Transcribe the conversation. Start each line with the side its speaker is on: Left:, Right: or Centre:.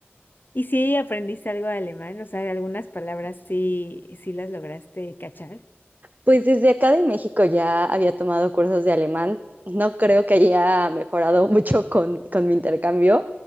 Left: ¿Y si aprendiste algo de alemán? O sea, algunas palabras sí, sí las lograste cachar.
Right: Pues desde acá de México ya había tomado cursos de alemán. No creo que haya mejorado <laughs> mucho con, con mi intercambio,